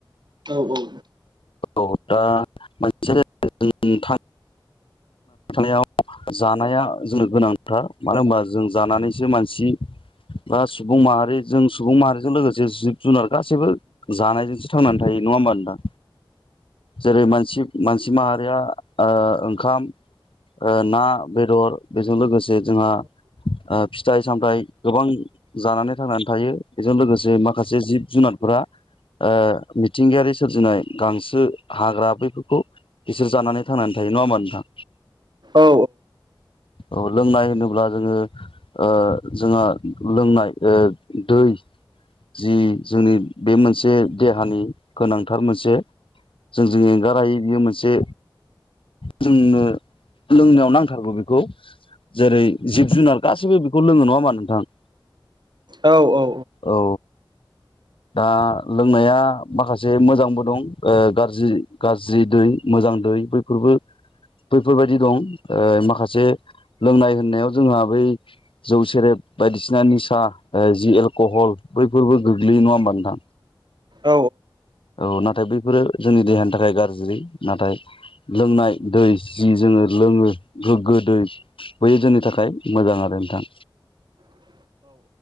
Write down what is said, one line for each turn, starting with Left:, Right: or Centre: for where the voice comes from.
Right: औ औ औ
Left: औ दा मोनसे नोंथां थानायाव जानाया जोंनो गोनांथार मानो होनबा जों जानानैसो मानसि बा सुबुं माहारि जों सुबुं माहारिजों लोगोसे जिब जुनार गासैबो जानायजोंसो थांनानै थायो नङा होमबा नोंथां? जेरै मानसि मानसि माहारिया ओ ओंखाम ओ ना बेदर बेजों लोगोसे जोंहा ओ फिथाइ सामथायाइ गोबां जानानै थांनानै थायो। बेजों लोगोसे माखासे जिब जुनार फोरा ओ मिथिंगायारि सोरजिनाय गांसो हाग्रा बैफोरखौ बिसोर जानानै थांनानै थायो नङा होमबा नोंथां?
Right: औ
Left: औ लोंनाय होनोब्ला जोङो ओ जोंहा लोंनाय ओ दै जि जोंनि बे मोनसे देहानि गोनांथार मोनसे जोंजों एंगार हायै बियो मोनसे जोंनो लोंनायाव नांथारगौ बेखौ गौ जेरै जिब जुनार गासैबो बेखौ लोङो नङा होनबा नोंथां?
Right: औ औ औ।
Left: औ दा लोंनाया माखासे मोजांबो दं ओ गाज्रि गाज्रि दै मोज मोजां दै बैफोरबो बैफोरबायदि दं ओ माखासे लोंनाय होननायाव जोंहा बै जौ सेरेब बायदिसिना निसा ओ जि एलकहल बैफोरबो गोग्लैयो नङा होमबा नोंथां?
Right: औ
Left: औ नाथाय बैफोरो जोंनि देहानि थाखाय गाज्रि नाथाय लोंनाय दै जि जोङो लोङो गोग्गो दै बै जोंनि थाखाय मोजां आरो नोंथां।
Right: <unintelligible>